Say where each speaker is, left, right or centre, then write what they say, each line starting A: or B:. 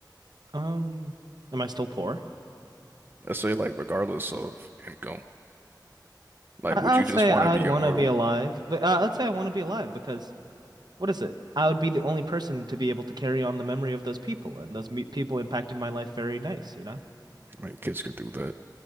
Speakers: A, on the right; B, on the right.
A: Um, am I still poor?
B: Let's say like regardless of income, like
A: I,
B: would
A: I would
B: you just
A: say
B: want
A: I'd
B: to be
A: want
B: immortal?
A: to be alive, but uh, I'd say I want to be alive because what is it? I would be the only person to be able to carry on the memory of those people, and those me people impacted my life very nice, you know?
B: I mean, kids could do that.